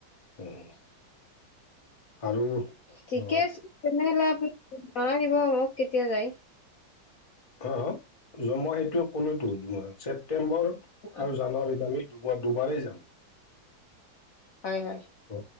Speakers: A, on the left; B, on the left.
A: উম আৰু
B: ঠিকে
A: অ
B: আছে, তেনেহলে আপুনি জনাই দিব আকৌ কেতিয়া যায়?
A: হ হ‌, মই সেইটোৱে ক'লোতো মই ছেপ্টেম্বৰ আৰু
B: অ,
A: জানুৱাৰীত আমি দুবাৰ দুবাৰেই যাম।
B: হয় হয়।
A: ত